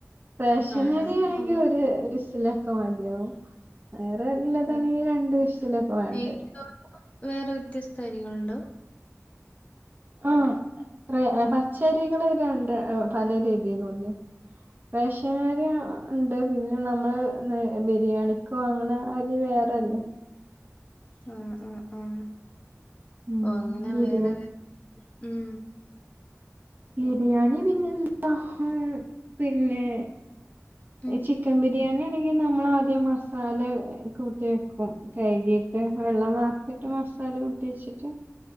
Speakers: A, on the right; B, on the left.
A: റേഷനരി
B: ആണോ
A: ആണെങ്കി
B: ആഹ്
A: ഒര് വിസിലൊക്കെ മതിയാവും. വേറെ ഇള്ളതാണെങ്കി
B: ആഹ്
A: ഈ രണ്ട് വിഷിലൊക്കെ വേണ്ടേരും
B: നെയ്‌ച്ചോറിന് വേറെ വ്യത്യസ്ത അരികൾ ഉണ്ടോ?
A: ആഹ് റേ പച്ചരികള് രണ്ട് ഏഹ് പല രീതിയിലുല്ലേ? റേഷനരി ആഹ് ഒണ്ട്. പിന്നെ നമ്മള് ഏഹ് ബിരിയാണിക്ക് വാങ്ങണ അരി വേറല്ലേ?
B: ആഹ് ആഹ് ആഹ്.
A: ഉം
B: ഓഹ് അങ്ങനെ
A: ബിരിയാണി
B: വേറെ ഉം
A: ബിരിയാണി പിന്നെന്താ പിന്നെ
B: ഉം
A: ചി ചിക്കൻ ബിരിയാണി ആണെങ്കിൽ നമ്മൾ ആദ്യം മസാല കൂട്ടി വെക്കും കഴുകിയിട്ട് വെള്ളം വാർ ട്ട് മസാല കൂട്ടി വെച്ചിട്ട്